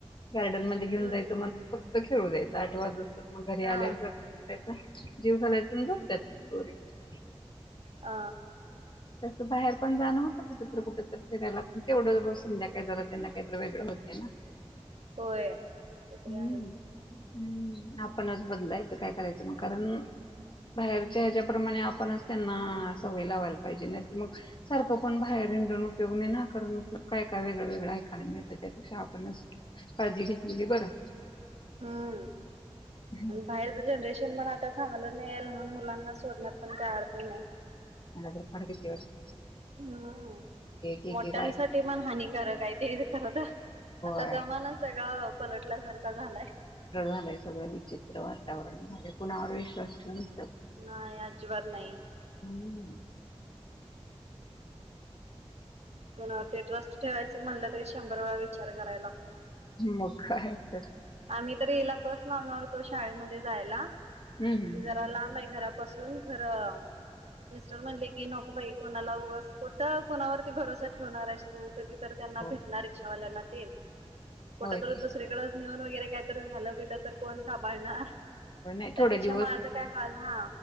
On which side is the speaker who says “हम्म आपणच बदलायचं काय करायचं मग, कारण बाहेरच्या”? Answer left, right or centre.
Left